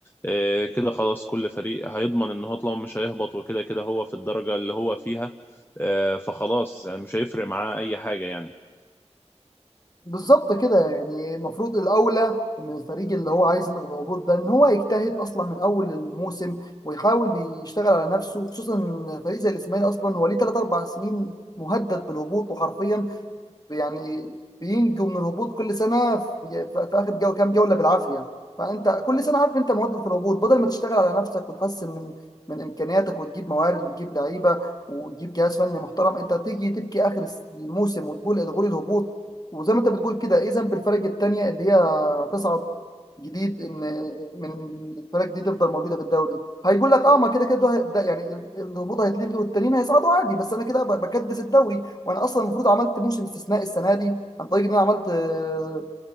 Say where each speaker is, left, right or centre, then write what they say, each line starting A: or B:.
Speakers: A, on the left; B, on the left.
A: آه، كده خلاص كل فريق هيضمن ان هو طالما مش هيهبط وكده كده هو في الدرجة اللي هو فيها آه، فخلاص يعني مش هيفرق معاه اي حاجة يعني
B: بالظبط كده يعني المفروض الاولى ان الفريق اللي هو عايز يلغي الهبوط ده ان هو يجتهد اصلا من اول الموسم ويحاول يشتغل على نفسه خصوصا ان فريق زي الاسماعيلي اصلا هو ليه 3 4 سنين مهدد بالهبوط وحرفيا يعني بينجوا من الهبوط كل سنه في, في اخر جو كام جوله بالعافيه فانت كل سنه عارف انت مواظب في الهبوط بدل ما تشتغل على نفسك وتحسن من من امكانياتك وتجيب موارد وتجيب لعيبه وتجيب جهاز فني محترم انت تيجي تبكي اخر الس- الموسم وتقول الغوا لي الهبوط وزي ما انت بتقول كده ايه ذنب الفرق التانيه اللي هي تصعد جديد ان من الفرق دي تفضل موجوده في الدوري هيقول لك اه ما كده كده ده يعني ال- الهبوط هيتلغي والتانيين هيصعدوا عادي بس انا كده ب- بكدس الدوري وانا اصلا المفروض عملت موسم استثنائي السنه دي عن طريق ان انا عملت آه،